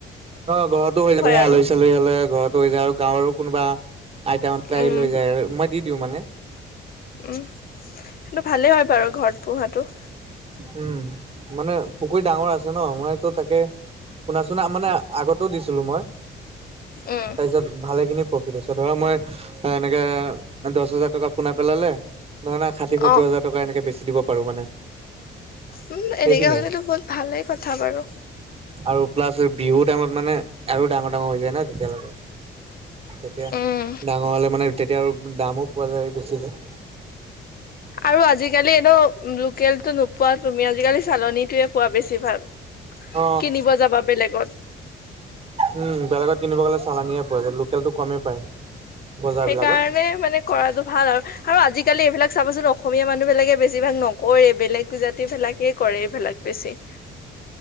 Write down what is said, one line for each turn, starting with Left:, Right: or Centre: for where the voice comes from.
Right: অ', ঘৰতো হৈ যায় ধৰা
Left: আৰু
Right: আলহী-চালহী হলে ঘৰতো হৈ যায়, আৰু গাঁৱৰো কোনোবা আইতা হতে আহি
Left: উম
Right: লৈ যায় আৰু মই দি দিওঁ মানে।
Left: উম', সেইটো ভালে হয় বাৰু ঘৰত পোহাটো।
Right: উম', মানে পুখুৰী ডাঙৰ আছে ন' মইতো তাকে পোনা-চুনা মানে আগতো দিছিলো মই,
Left: উম
Right: তাৰপিছত ভালে খিনি প্ৰফিট হৈছে, ধৰা মই এনেকে দহ হাজাৰ টকা পোনা পেলালে। নহলে ষাঠি সত্তৰ
Left: অ'
Right: হাজ টকা এনেকে বেছি দিব পাৰো মানে।
Left: উম',
Right: সেইখিনিয়ে
Left: এনেকে হ'লেতো বহুত ভালেই কথা বাৰু।
Right: আৰু প্লাছ বিহু টাইমত মানে আৰু ডাঙৰ ডাঙৰ হৈ যায় ন' তেতিয়ালৈকে। তেতিয়া
Left: উম
Right: ডাঙৰ হলে মানে তেতিয়া আৰু দামো পোৱা যায় বেছিকে।
Left: আৰু আজিকালি এনে লোকেল টো নোপোৱা তুমি আজিকালি চালনিটোৱে পোৱা বেছি ভাগ
Right: অ
Left: কিনিব যাবা বেলেগত।
Right: উম, বেলেগত কিনিব গ'লে চালানিয়ে পোৱা যায় লোকেলটো কমেই পায়। বজাৰবিলাকত
Left: সেইকাৰণে মানে কৰাটো ভাল আৰু। আৰু আজিকালি এইবিলাক চাবচোন অসমীয়া মানুহ বিলাকে বেছিভাগ নকৰে, বেলেগ জাতি বিলাকেই কৰে এইবিলাক বেছি। <inaudible>